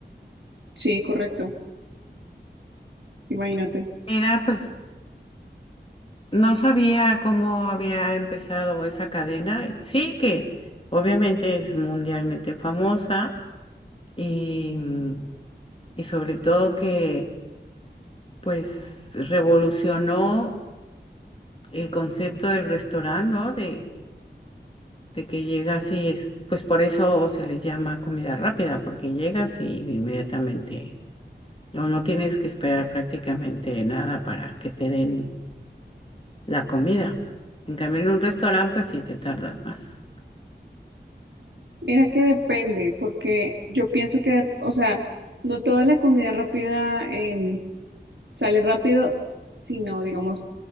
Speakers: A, on the right; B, on the left.
A: Sí, correcto, imagínate.
B: Mira, pues No sabía cómo había empezado esa cadena. y Sí que obviamente es mundialmente famosa y, mm, y sobre todo que pues revolucionó el concepto del restaurante, ¿no? De, de que llegas y es, pues por eso se le llama comida rápida, porque llegas y inmediatamente, no, no tienes que esperar prácticamente nada para que te den la comida. En cambio, en un restaurante, pues sí te tardas más.
A: Mira que depende, porque yo pienso que, o sea, no toda la comida rápida em, sale rápido, sino, digamos,